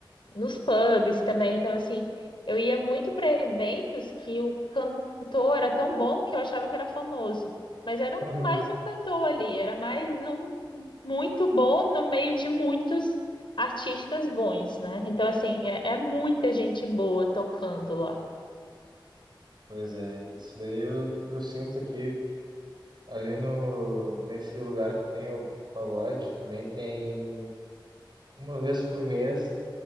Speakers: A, on the left; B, on the right.
A: nos pubs também, então assim eu ia muito para eventos que o cantor era tão bom que eu achava que era famoso, mas era um-
B: Uhum.
A: mais um cantor ali, era mais um muito bom no meio de muitos artistas bons, né? Então, assim, é, é muita gente boa tocando lá.
B: Pois é, isso daí eu, eu sinto que ali no, nesse lugar que tem o pagode, também tem uma vez por mês